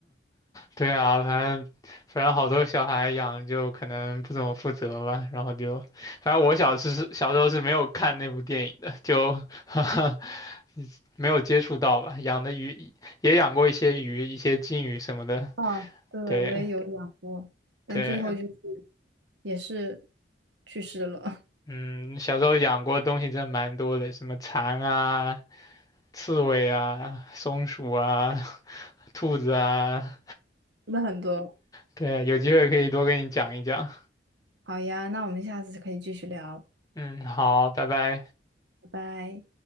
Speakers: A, on the left; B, on the right.
A: 对啊，反正反正好多小孩养就可能不怎么负责吧，然后就，反正我小时小时候是没有看那部电影的，就 <laughs> 没有接触到吧。养的鱼也养过一些鱼，一些金鱼什么的，
B: <laughs> 啊，对，
A: 对
B: 我也有养过，但最后就是
A: 对，
B: 也是去世了，
A: 嗯，小时候养过东西真的蛮多的，什么蚕啊、刺猬啊、松鼠啊、<laughs> 兔子啊，
B: <laughs> 真的很多。
A: 对，有机会可以多跟你讲一讲。
B: 好呀，那我们下次可以继续聊，
A: 嗯，好，拜拜。
B: 拜拜。